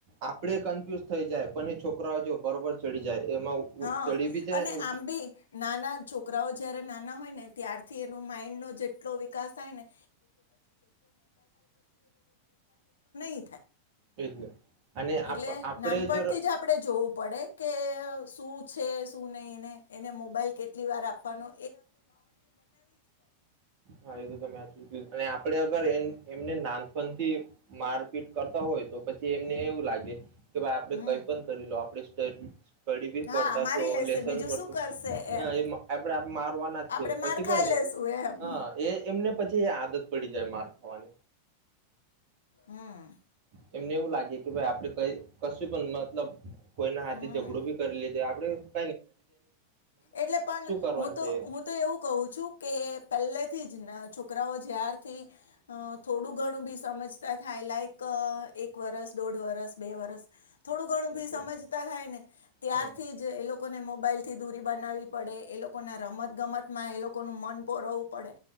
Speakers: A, on the right; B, on the left.
A: આપડે કન્ફ્યુઝ થઈ જાય પણ એ છોકરાઓ જો બરોબર ચડી જાય. એમાં ઉપર
B: હા
A: ચડી બી જાયને
B: અને આમ ભી નાના છોકરાઓ જયારે નાના હોય ને ત્યારથી એનુ માઈન્ડ નો જેટલો વિકાસ થાય ને એ
A: એ જ ને અને
B: એટલે
A: આપ આપડે
B: નાનપણથી
A: જ
B: આપણે જોવું પડે કે શું છે શું નહી ને એને મોબાઈલ કેટલી વાર આપવાનો
A: હા એ તો તમે સાચુ કયો અને આપડે અગર એ એમને નાનપણ થી મારપીટ કરતા હોય તો પછી એમને એવું લાગે કે ભાઈ આપડે
B: હમ
A: કઈ પણ કરી લો આપડે એ જ કડી બી
B: હા
A: કરતા
B: મારી
A: છો
B: લેશે
A: લેસન
B: બીજું
A: કરતો
B: શું કરશે એમ
A: એ આપડે મારવાના જ છે
B: આપણે
A: પછી
B: માર ખાઈ
A: કઈ નહી.
B: લેશું એમ
A: હ એ એમને પછી એ આદત પડી જાય માર વાન
B: હમ
A: એમને એવું લાગે કે ભાઈ આપડે કઈ કશું પણ મતલબ કોઈના હાથે
B: હમ
A: ઝઘડો ભી કરી લે જે આપણે
B: એટલે પણ
A: કરવાનું
B: હું તો
A: છે
B: હું તો એવું કહું છું કે પહેલેથી જ છોક છોકરાઓ જ્યારથી થોડું ઘણું બી સમજતા થાય લાયક એક વરસ દોઢ વરસ બે વરસ થોડું ઘણું
A: હમ
B: ભી
A: હમ
B: સમજતા થાય ને ત્યારથી
A: હમ
B: જ એ લો મોબાઈલ થી દૂરી બનાવવી પડે એ લોકોના રમત ગમતમાં એ લોકોનું મન રવુ પડે